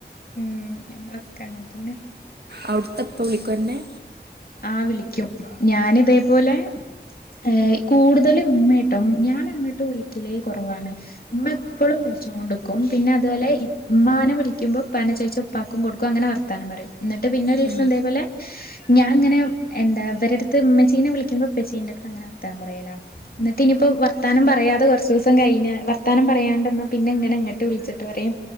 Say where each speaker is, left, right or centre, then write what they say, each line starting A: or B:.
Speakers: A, on the left; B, on the right.
A: ഉം നമ്മളൊക്കെ അങ്ങനെ തന്നെ
B: അവിടുത്തെപ്പ വിളിക്കന്നെ
A: ആ വിളിക്കും ഞാന ഇതേപോലെ ഏ കൂടുതല ഇേട്ടും ഞാൻ അങ്ങോട്ടും ഒളിക്കലേ കുറവാണ് ഉമ്മ എപ്പോഴും വിളിച്ചുക കൊണ്ട്ക്കും പിന്നെ അതുപോലെ ഇ്മാന വിളിക്കുമ്പോ പന ചോയിച്ച ഉപ്പാക്കും കൊടുക്കും അങ്ങനെ വർത്താനം പറയും എന്നിട്ട് പിന്നെ ഒരു ദിവസം
B: ഉം ഉം
A: ഇതേപോലെ ഞാൻ ഇങ്ങനെ എന്താ ഇവരടുത്ത് ീനെ വിളിക്ക്പൊ പെച്ചീന്റെ അടുത്ത് അങ്ങനെ വർത്താം പറയല എന്നിട്ട ഇനിപ്പപ്പോ വർത്തം പറയാതെ കുറച്ച ദിവസം ക വർത്താനം പറണ്ടെന്ന പിന്നെ ഇങ്ങനെ എങ്ങോട്ട് വിളിച്ചിട്ട് പറയും